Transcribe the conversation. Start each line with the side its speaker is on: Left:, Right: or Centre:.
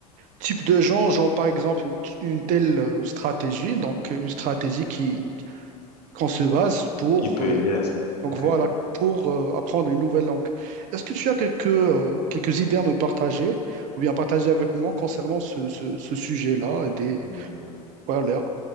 Right: type de gens, genre par exemple une, une telle euh, stratégie, donc euh, une stratégie qui qu'on se base pour
Left: qui peut
Right: euh,
Left: aider à ça.
Right: Donc
Left: Ok.
Right: voilà, pour euh, apprendre une nouvelle langue. Est-ce que tu as quelques, euh, quelques idées à me partager ou bien partager avec moi concernant ce, ce, ce sujet-là et des...
Left: Hmm,
Right: Voilà.